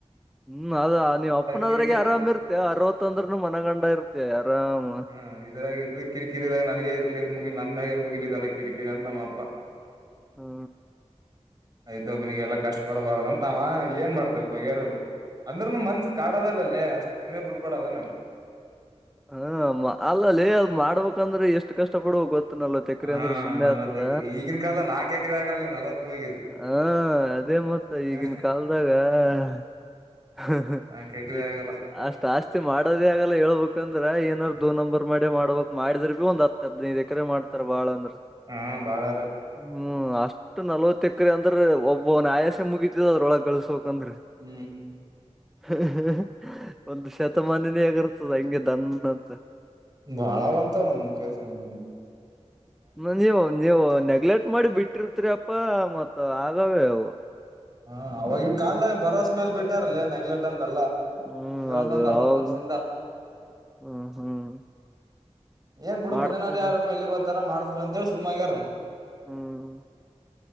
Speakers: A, in the centre; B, on the right.
A: ಹ್ಮ್ ಅದ ನೀವ್ ಅಪ್ಪನದ್ರಗೆ
B: ಕಿರಿಕಿರಿ
A: ಆರಾಮ್ ಇರ್ತಿ ಅರವತ್ತೊಂದ್ರನು ಮನಗಂಡ ಇರ್ತಿ ಆರಾಮ.
B: ಹ ಇದ್ರಾಗ ಇದ ಕಿರಿಕಿರಿದಾಗ ನನಗೆ ಇರ್ಲಿ ಮುಗಿ ನನ್ ಮ್ಯಾಗೆ ಮುಗಿಲಿದಲ್ಲ ಕಿರಿಕಿರಿ ಅಂತ ನಮ್ಮ ಅಪ್ಪಾ
A: ಹ್ಮ
B: ಇದ್ದಯ್ದೊಬ್ನಿಗೆ ಎಲ್ಲಾ ಕಷ್ಟ ಪಡಬಾರದ ಅಂತ ಅವ ಏನ್ ಮಾಡ್ತೇವ ಬಗೆೇರಲ್ಲ. ಅಂದ್ರನು ಮನ್ಸ ಕಾಡೋದಲ್ಲೇ ಅಷ್ಟ ಸುಮ್ನೆ ಬಿಟ್ ಕೊಡೋದನ
A: ಹಾ ಅಲ್ಲಲೇ ಅದ್ ಮಾಡ್ಬೇಕಂದ್ರೆ ಎಷ್ಟ ಕಷ್ಟ ಪಡುಬೇಕ್ ಗೊತ್ತ. ಒಂಬ್ಬತ್ತ ಎಕರೆ
B: ಹಾ
A: ಅಂದ್ರ ಸುಮ್ಮನೆ
B: ನಲವತ್
A: ಆಗ್ತದ
B: ಎಕರೆ ಈಗಿನ ಕಾಲ ನಾಕ್ ಎಕರೆ ಆಗಲ್ಲ ನಲವತ್ಕ್ ಹೋಗಿದಿ
A: ಹಾ ಅದೇ ಮತ್ತ. ಈಗಿನ
B: ಹ
A: ಕಾಲದಾಗ <inaudible>
B: ನಾಕ್ ಎಕರೆ
A: ಹೆಚ್ಚ
B: ಆಗಲ್ಲ
A: ಅಷ್ಟ. ಜಾಸ್ತಿ ಮಾಡೋದೇ ಆಗಲ್ಲ ಹೇಳ್ಬೇಕು. ಇದರಗೂ ಏನಾರ ದೋ ನಂಬರ್ ಮಾಡಿ ಮಾಡಬೇಕ್ ಮಾಡಿದ್ರ ಒಂದ ಹತ್ತ ಹದನೈದ್ ಎಕರೆ ಮಾಡ್ತಾರ ಬಾಳ ಅಂದ್ರ
B: ಹ್ಮ ಬಾಳಾದ್ರ
A: ಹ್ಮ್ ಅಷ್ಟ್ ನಲ್ವತ್ತ ಎಕರೆ ಅಂದ್ರೆ ಒಬ್ಬನ್ ಆಯಸೆ ಮುಗಿತದ ಅದ್ರೊಳಗ್ ಗಳಿಸ ಬೇಕ್ ಅಂದ್ರ
B: ಹ್ಮ್.
A: <unintelligible> ಒಂದು ಶತಮಾನಿನೆ ಆಗರ್ತದ ಹಂಗೆ ದನ್ ಅಂತ.
B: ಬಾಳ ಬಂತ ನಮ ಕೆಸ <unintelligible>
A: ಹ ನೀವು ನೀವು ನೆಗ್ಲೆಕ್ಟ್ ಮಾಡಿ ಬಿಟ್ಟಿರ್ತರಿ ಅಪ್ಪಾ ಮತ್ತ ಆಗವೆಅವು
B: ಹಾ ಅವಾಗಿನ ಕಾಲದಾಗ ಬರೋಸ ಮೇಲ್ ಬಿಟ್ಟಾರಲ್ಲೇ ನೆಗ್ಲೆಕ್ಟ್ ಅಂತಲ್ಲ
A: ಹ್ಮ್
B: ಒಂದ
A: ಅದು
B: ಒಂದೊಂದು ಅರವತ್ತ
A: ಅವಾಗ
B: ವರ್ಷದಿಂದ
A: ಹ್ಮ್ ಹ್ಮ್
B: ಏನ್ ಬಿಡ
A: ಮಾಡ್ತಾರ
B: ಮನೇನವಾರ ಯಾರಪ್ಪ ಎಲ್ಲಿಗ್ ಹೋತಾರ ಮಾಡ್ತಾರ ಅಂತೇಳಿ ಸುಮ್ಮ್ಗ್ಯಾರ
A: ಹ್ಮ್